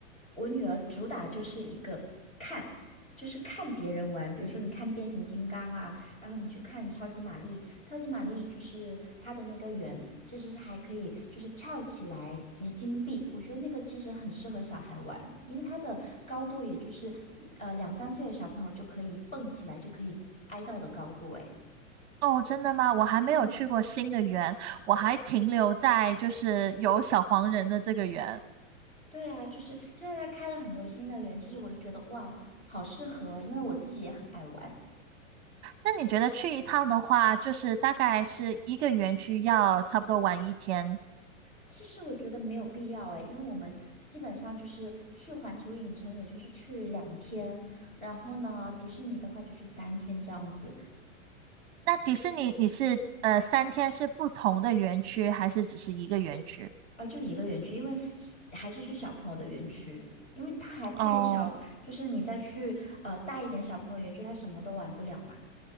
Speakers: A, on the left (about 15°); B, on the right (about 55°).
A: 我女儿主打就是一个看，就是看别人玩，比如说你看变形金刚啊，然后你去看超级玛丽，超级玛丽就是它的那个圆其实是还可以，就是跳起来集金币，我觉得那个其实很适合小孩玩，因为它的高度也就是呃两三岁的小朋友就可以蹦起来，就可以挨到的高度，诶。
B: 哦，真的吗？我还没有去过新的园，
A: 嗯，
B: 我还停留在就是有小黄人的这个园。
A: 对啊，就是现在他开了很多新的园，其实我就觉得哇，好适合哦，因为我自己也很爱玩。
B: 那你觉得去一趟的话，就是大概是一个园区要差不多玩一天？
A: 其实我觉得没有必要诶，因为我们基本上就是去环球影城，也就是去两天，然后呢，迪士尼的话就去三天这样子，
B: 那迪士尼你是呃三天是不同的园区，还是只是一个园区？
A: 啊，就一个园区，因为是还是去小朋友的园区，因为他还太小，
B: 哦。
A: 就是你再去呃大一点小朋友园区，他什么都玩不了嘛。